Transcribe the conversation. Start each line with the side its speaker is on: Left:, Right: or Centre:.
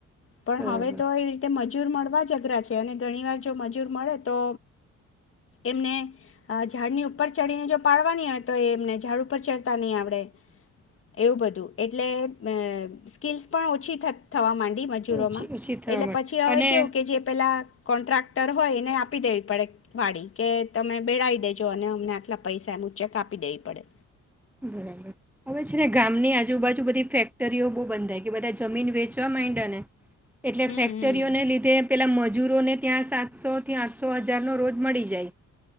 Left: પણ
Centre: બરાબર
Left: હવે તો એવી રીતે મજ મજૂર મળવા જ અઘરા છે અને ઘણી વાર જો મજૂર મળે તો એમને અ ઝાડની ઉપર ચડીને જો પાડવાની હોય તો એ એમને ઝાડ ઉપર ચડતા નહીં આવડે એવું બધું એટલે એમ સ્કીલ્સ પણ ઓછી થ થવા માંડી બી મજૂરોમાં
Centre: ઓછી ઓછી થવા
Left: એટલે
Centre: માટે
Left: પછી હવે
Centre: અને
Left: કેવું કે જે પેલા કોન્ટ્રાક્ટર હોય એને આપી દેવી પડે વાડી કે તમે બેળાવી દેજો અને અમને આટલા પૈસા ઉંચક આપી દેવી પડે
Centre: બરાબર હવે છે ને ગામની આજુબાજુ બધી ફેક્ટરીઓ બો બંધાઈ ગઈ બધા જમીન વેચવા માયિંડાને એટલે
Left: હમ
Centre: ફેક્ટરીઓને
Left: હમ
Centre: લીધે પેલાં મજૂરોને ત્યાં સાતસોથી આઠસો હજારનો રોજ મળી જાય.